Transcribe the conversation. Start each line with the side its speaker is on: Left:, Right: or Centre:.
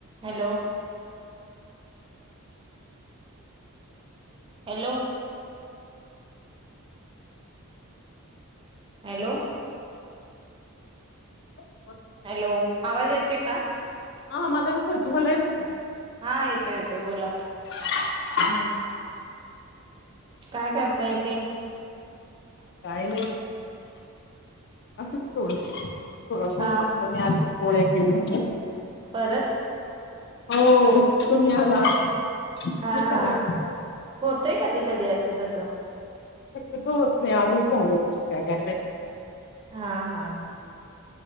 Right: Hello. Hello. Hello.
Left: ह
Right: hello आवाज येतोय का.
Left: हा मला येतो तुम्हाला येत.
Right: हा येतोय येतोय बोला.
Left: <inaudible>
Right: काय करता यतेय.
Left: काही नाही. असंच थोडस थोडस
Right: हा
Left: बघतो मी आल. पोळ्या केले.
Right: परत.
Left: हो तुम्ही आलातस
Right: हा हा
Left: <unintelligible>
Right: होतय कधी कधी असं तसं.
Left: शक्यतो होत नाही, आजच झालं तसं काय काय माहित.
Right: हा हा.